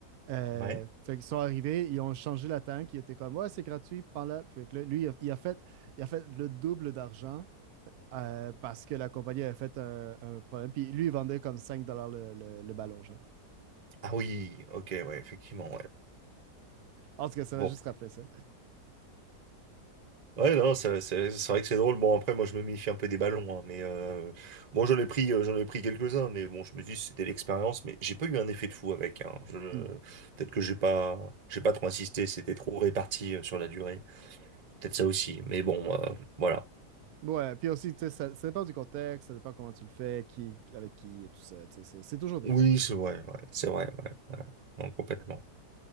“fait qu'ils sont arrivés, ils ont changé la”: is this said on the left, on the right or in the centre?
Right